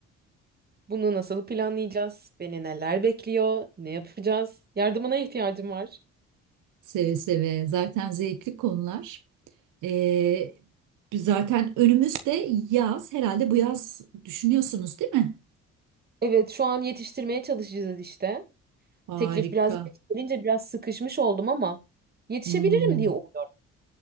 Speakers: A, on the right (about 30°); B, on the right (about 85°).
A: Bunu nasıl planlayacağız? Beni neler bekliyor? Ne yapacağız? Yardımına ihtiyacım var.
B: Seve seve. Zaten zevkli konular. Ee, biz zaten önümüzde yaz. Herhalde bu yaz düşünüyorsunuz, değil mi?
A: Evet, şu an yetiştirmeye çalışacağız işte.
B: Harika.
A: Teklif biraz geç gelince biraz sıkışmış oldum ama yetişebilirim
B: Hmm.
A: diye umuyorum.